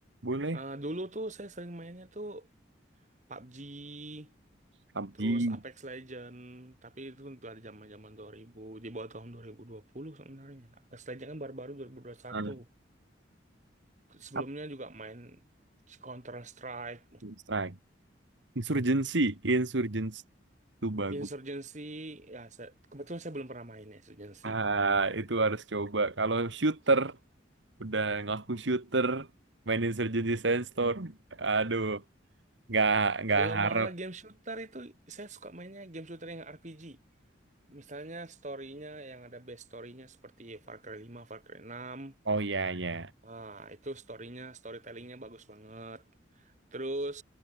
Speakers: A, on the right; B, on the right.
A: boleh
B: Nah, dulu tuh saya sering mainnya tuh PUBG,
A: PUBG
B: terus Apex Legend, tapi itu untuk ada zaman-zaman 2000, di bawah tahun 2020 sebenarnya. Apex Legend kan baru-baru 2021.
A: ah,
B: Sebelumnya
A: apa?
B: juga main Counter Strike,
A: Strike Insurgency Insurgency itu bagus
B: Insurgency, ya saya, kebetulan saya belum pernah main Insurgency.
A: ah itu harus coba kalau shooter udah ngaku shooter main Insurgency Sandstorm aduh nggak nggak
B: Kalau
A: harap
B: malah game shooter itu saya suka mainnya game shooter yang RPG. Misalnya story-nya yang ada best story-nya seperti Far Cry 5, Far Cry 6.
A: oh iya iya
B: Ah, itu story-nya, storytelling-nya bagus banget. Terus